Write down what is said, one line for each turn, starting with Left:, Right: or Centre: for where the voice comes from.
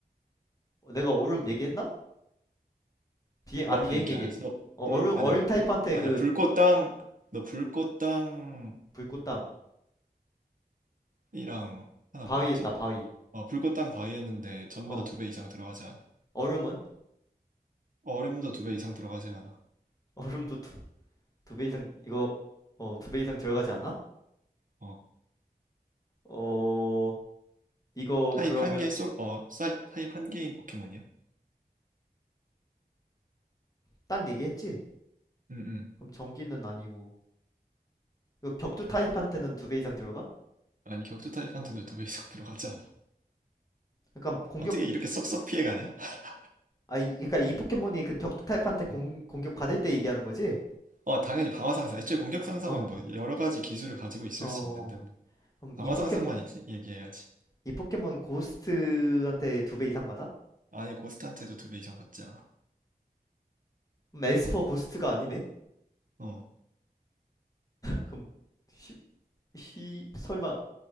Left: 어, 내가 얼음 얘기했나? 비행 아
Right: 얼음
Left: 비행
Right: 얘기
Left: 얘기.
Right: 안 했어. 너
Left: 어,
Right: 불,
Left: 얼음 얼음
Right: 아니야, 아니,
Left: 타입한테
Right: 불, 아니야,
Left: 그
Right: 불꽃땅 너 불꽃땅
Left: 불꽃 땅
Right: 이랑 하나
Left: 바위
Right: 뭐였지?
Left: 했다 바위.
Right: 어, 불꽃땅 바이 했는데 전부
Left: 어
Right: 다 두 배 이상 들어가지 않아.
Left: 얼음은
Right: 어, 얼음도 두 배 이상 들어가지 않아.
Left: <laughs> 얼음도 두 두 배 이상 이거 어 두 배 이상 들어가지 않아?
Right: 어,
Left: 어 이거
Right: 타입
Left: 그러면
Right: 한 개 솔, 어, 사이, 타입 한 개인 포켓몬이야.
Left: 땅 얘기했지?
Right: 응, 응.
Left: 그럼 전기는 아니고 이거 격투 타입한테는 두 배 이상 들어가?
Right: 아니, 격투 타입한테도 두 배 이상 <laughs> 들어가지 않아.
Left: 그러니까 공격
Right: 어떻게 이렇게 쏙쏙 피해가냐? <laughs>
Left: 아 이, 그러니까 이 포켓몬이 그 격투 타입한테 공
Right: 음.
Left: 공격 받을 때 얘기하는 거지?
Right: 어, 당연히 방어 상상. 애초에 공격 상상은
Left: 어
Right: 뭐 여러 가지 기술을 가지고 있을
Left: 어.
Right: 수 있는데 뭐
Left: 그럼
Right: 방어
Left: 이 포켓몬
Right: 상상만 얘기- 얘기해야지.
Left: 이 포켓몬 고스트한테 두 배 이상 받아?
Right: 아예 고스트한테도 두 배 이상 받지 않아.
Left: 그럼 에스퍼 고스트가 아니네?
Right: 어.
Left: 그럼 10, 10 설마